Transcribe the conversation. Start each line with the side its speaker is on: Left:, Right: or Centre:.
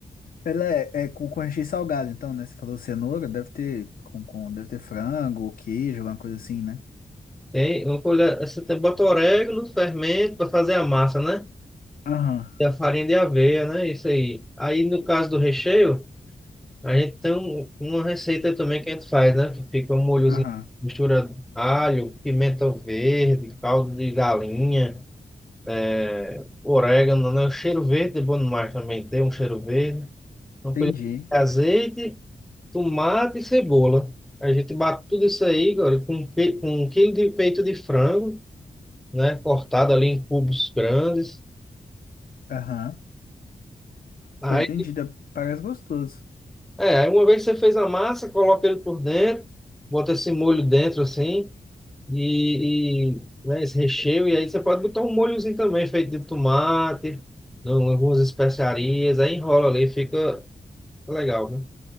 Left: ela é, é com, com recheio salgado, então, né? Você falou cenoura, deve ter com, com deve ter frango ou queijo, alguma coisa assim, né?
Centre: Tem uma colher, você tem, bota orégano, fermento para fazer a massa, né?
Left: Aham.
Centre: E a farinha de aveia, né? Isso aí. Aí no caso do recheio, a gente tem um- uma receita também que a gente faz, né? Que fica um molhozinho,
Left: Aham,
Centre: mistura alho, pimenta verde, caldo de galinha, é, orégano, né? O cheiro verde é bom demais também, tem um cheiro verde. Uma
Left: entendi.
Centre: colher de azeite tomate e cebola. A gente bate tudo isso aí, agora, com, pe- com um quilo de peito de frango, né? Cortado ali em cubos grandes.
Left: Aham.
Centre: Aí,
Left: Pô, entendi. da- Parece gostoso.
Centre: é, aí uma vez que você fez a massa, coloca ele por dentro, bota esse molho dentro assim, e, e, né, esse recheio, e aí você pode botar um molhozinho também, feito de tomate, não, algumas especiarias, aí enrola ali, fica legal, né?